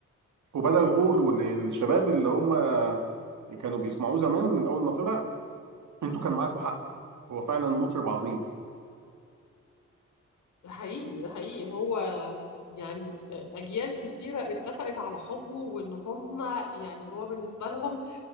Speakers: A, on the right (about 80°); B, on the left (about 80°).
A: وبدأوا يقولوا للشباب اللي هم كانوا بيسمعوه زمان من اول ما طلع انتوا كان معاكم حق هو فعلا مطرب عظيم
B: ده حقيقي ده حقيقي هو يعني آه، أجيال كتيرة اتفقت على حبه وإن هم يعني هو بالنسبة لهم